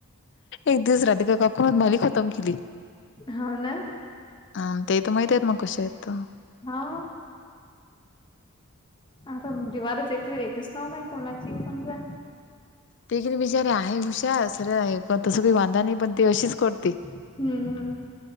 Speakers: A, on the left; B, on the left.
A: एक दिवस राधिका काकूंना मालिका खतम केली.
B: हो ना.
A: अ ते तर माहितयेत मग कशेत.
B: हा. आता दिवारच येते येतेच नाव मग कोणाची आहे समजा.
A: ते किती बिचारे आहे हुशार सरळ आहे. तसं काही बांधा नाही पण ती अशीच करते.
B: हम्म